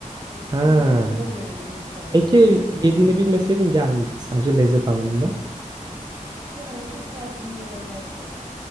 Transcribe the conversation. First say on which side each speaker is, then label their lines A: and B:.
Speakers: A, on the right; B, on the right.
A: Hani ikinciyi
B: Ha.
A: zor yedim diyeyim sana.
B: Peki
A: Hani
B: yediğini bilmeseydin yer miydin sence lezzet anlamında?
A: Yani çok tercihim olmazdı.